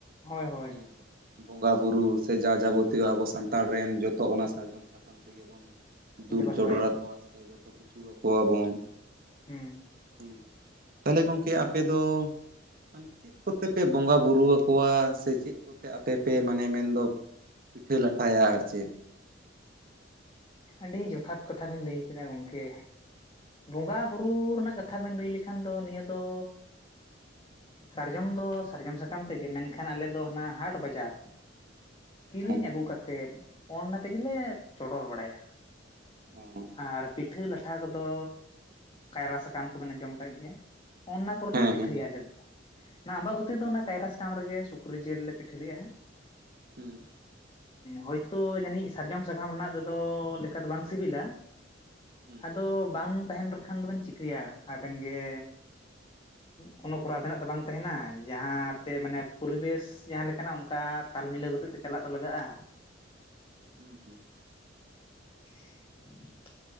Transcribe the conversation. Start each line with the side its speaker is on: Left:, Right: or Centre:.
Left: ᱦᱳᱭ ᱦᱳᱭ
Right: ᱦᱮᱸ᱾ ᱵᱚᱸᱜᱟ ᱵᱩᱨᱩ ᱥᱮ ᱡᱟ-ᱡᱟᱵᱚᱛᱤᱭᱚ ᱟᱵᱚ ᱥᱟᱱᱛᱟᱲ ᱨᱮᱱ ᱡᱚᱛᱚ ᱚᱱᱟ ᱥᱟᱨᱡᱚᱢ ᱥᱟᱠᱟᱢ ᱛᱮᱜᱮ ᱵᱚᱱ ᱫᱩᱞ
Left: ᱫᱮᱵᱟ
Right: ᱪᱚᱰᱚᱨ
Left: ᱥᱮᱵᱟᱭᱮᱫ ᱠᱚᱣᱟ
Right: ᱟᱠᱚᱣᱟ ᱥᱮ ᱡᱚᱛᱚ ᱠᱤᱪᱷᱩ ᱟᱠᱚᱣᱟ ᱵᱚᱱ᱾
Left: ᱦᱮᱸ᱾
Right: ᱦᱩᱸ, ᱛᱟᱦᱚᱞᱮ ᱜᱚᱢᱠᱮ ᱟᱯᱮ ᱫᱚ ᱢᱟᱱᱮ ᱪᱮᱫ ᱠᱚᱛᱮ ᱯᱮ ᱵᱚᱸᱜᱟ ᱵᱩᱨᱩ ᱟᱠᱚᱣᱟ᱾ ᱥᱮ ᱪᱮᱫ ᱠᱚᱛᱮ ᱟᱯᱮ ᱯᱮ ᱢᱟᱱᱮ ᱢᱮᱱᱫᱚ ᱯᱤᱴᱷᱟᱹ ᱞᱟᱴᱟᱭᱟ ᱟᱨ ᱪᱮᱫ?
Left: ᱟᱹᱰᱤ ᱡᱚᱛᱷᱟᱛ ᱠᱟᱛᱷᱟ ᱵᱮᱱ ᱞᱟᱹᱭ ᱠᱟᱫᱟ ᱜᱚᱢᱠᱮ᱾ ᱵᱚᱸᱜᱟ ᱵᱩᱨᱩ ᱨᱮᱱᱟᱜ ᱠᱟᱛᱷᱟ ᱵᱮᱱ ᱞᱟᱹᱭ ᱞᱮᱠᱷᱟᱱ ᱫᱚ ᱱᱤᱭᱟᱹ ᱫᱚ ᱥᱟᱨᱡᱚᱢ ᱫᱚ ᱥᱟᱨᱡᱚᱢ ᱥᱟᱠᱟᱢ ᱛᱮᱜᱮ ᱢᱮᱱᱠᱷᱟᱱ ᱟᱞᱮ ᱫᱚ ᱦᱟᱱᱟ ᱦᱟᱴ ᱵᱟᱡᱟᱨ᱾ ᱠᱤᱨᱤᱧ
Right: ᱚᱸ
Left: ᱟᱹᱜᱩ ᱠᱟᱛᱮᱫ ᱚᱱᱱᱟ ᱛᱮᱜᱮᱞᱮ ᱪᱚᱰᱚᱨ ᱵᱟᱲᱟᱭᱟ᱾
Right: ᱚ
Left: ᱟᱨ ᱯᱤᱴᱷᱟᱹ ᱞᱟᱴᱷᱟ ᱠᱚᱫᱚ ᱠᱟᱭᱨᱟ ᱥᱟᱠᱟᱢ ᱠᱚᱵᱮᱱ ᱟᱡᱚᱢ ᱟᱠᱟᱫ ᱜᱮᱭᱟ᱾ ᱚᱱᱱᱟ ᱠᱚᱨᱮᱞᱮ
Right: ᱦᱮᱸ
Left: ᱯᱤᱴᱷᱟᱹᱭᱟ
Right: ᱦᱮᱸ
Left: ᱟᱞᱮ ᱫᱚ᱾ ᱚᱱᱟ ᱟᱢᱵᱟᱵᱩᱛᱤ ᱨᱮᱫᱚ ᱚᱱᱟ ᱠᱟᱭᱨᱟ ᱥᱟᱠᱟᱢ ᱨᱮᱜᱮ ᱥᱩᱠᱨᱤ ᱡᱤᱞ ᱞᱮ ᱯᱤᱴᱷᱟᱹ ᱞᱮᱫ-ᱟ᱾
Right: ᱦᱩᱸ᱾
Left: ᱦᱳᱭᱛᱳ ᱡᱟᱹᱱᱤᱡ ᱥᱟᱨᱡᱚᱢ ᱥᱟᱠᱟᱢ ᱨᱮᱱᱟᱜ ᱛᱮᱫᱚ ᱞᱮᱠᱟ ᱫᱚ ᱵᱟᱝ ᱥᱤᱵᱤᱞᱟ᱾
Right: ᱦᱩᱸ
Left: ᱟᱫᱚ ᱵᱟᱝ ᱛᱟᱦᱮᱱ ᱨᱮᱠᱷᱟᱱ ᱫᱚᱵᱮᱱ ᱪᱤᱠᱟᱹᱭᱟ ᱟᱵᱮᱱ ᱜᱮ ᱠᱳᱱᱳ ᱠᱚᱨᱟᱣ ᱛᱮᱱᱟᱜ ᱛᱚ ᱵᱟᱝ ᱛᱟᱦᱮᱱᱟ ᱡᱟᱦᱟᱸ ᱛᱮ ᱢᱟᱱᱮ ᱯᱚᱨᱤᱵᱮᱥ ᱡᱟᱦᱟᱸ ᱞᱮᱠᱟᱱᱟᱜ ᱚᱱᱠᱟ ᱛᱟᱞ ᱢᱤᱞᱟᱹᱣ ᱠᱟᱛᱮ ᱛᱮ ᱪᱟᱞᱟᱜ ᱫᱚ ᱞᱟᱜᱟᱜ-ᱟ᱾
Right: ᱦᱩᱸ ᱦᱩᱸ᱾
Left: <inaudible>